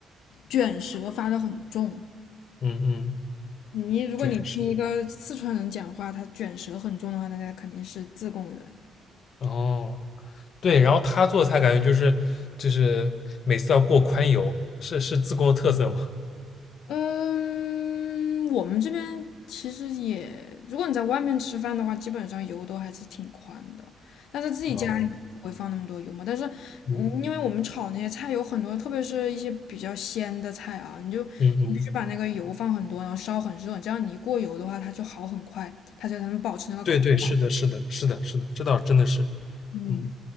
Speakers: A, on the left (about 80°); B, on the left (about 60°).
A: 卷舌发得很重。
B: <laughs> 嗯嗯，
A: 你如果你听一个四川人讲话，
B: 对，是的。
A: 他卷舌很重的话，那他肯定是自贡人。
B: 哦，对，然后他做菜感觉就是就是每次要过宽油，是是自贡的特色吗？
A: 嗯，我们这边其实也，如果你在外面吃饭的话，基本上油都还是挺宽的，但是自己家里面不会放那么多油嘛。
B: <laughs> 哦，
A: 但是，
B: 嗯
A: 嗯因为我们炒那些菜有很多，特别是一些比较鲜的菜啊，你就你必须把那个油放很多，
B: 嗯嗯，
A: 然后烧很热，这样你一过油的话，它就好很快，它就才能保持那个口感。
B: 对对，是的，是的，是的，是的，这倒真的是，
A: 嗯，
B: 嗯